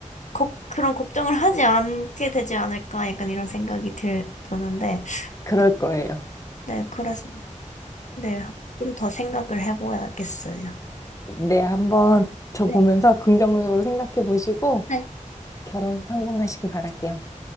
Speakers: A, on the left; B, on the left.
A: 걱- 그런 걱정을 하지 않게 되지 않을까 약간 이런 생각이 들, 드는데
B: 그럴
A: 네,
B: 거예요.
A: 네, 그래서. 네, 좀 더 생각을 해봐야겠어요.
B: 네, 한번 저
A: 네.
B: 보면서 긍정적으로 생각해 보시고
A: 네.
B: 결혼 성공하시길 바랄게요.